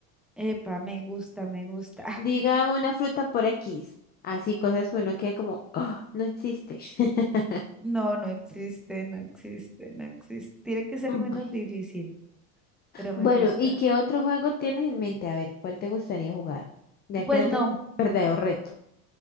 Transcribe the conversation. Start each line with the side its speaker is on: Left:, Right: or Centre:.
Centre: Epa, me gusta, me gusta. <laughs>
Left: Diga una fruta por X. Así cosas que uno quede como, "Ah, no existe. <laughs>
Centre: No, no existe, no existe, no existe. Tiene que ser
Left: Mm.
Centre: menos difícil, pero me
Left: Bueno,
Centre: gusta.
Left: ¿y qué otro juego tienes en mente? A ver, ¿cuál te gustaría jugar? Ya
Centre: Pues
Left: que no
Centre: no,
Left: tengo verdadero reto.